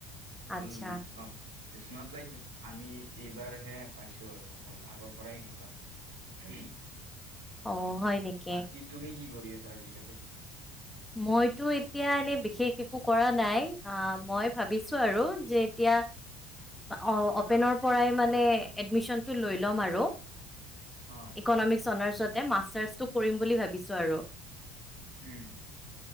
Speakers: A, in the centre; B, on the right.
A: আচ্ছা
B: বল ন ইটছ নট লাইক আমি এইবাৰ হে পাইছো আৰু অকল আগৰ পৰাই সেনেকুৱা। <unintelligible>
A: অ। হয় নেকি?
B: আহ কি তুমি কি কৰি আছা আজিকালি।
A: মইতো এতিয়া এনেই বিশেষ একো কৰা নাই অ মই ভাবিছো আৰু যে এতিয়া অ অপেনৰ পৰাই মানে এডমিশনটো লৈ ল'ম আৰু
B: অ'।
A: ইকনমিক অনাৰ্চতে মাষ্টাৰ্চটো কৰিম বুলি ভাবিছো আৰু।
B: উম।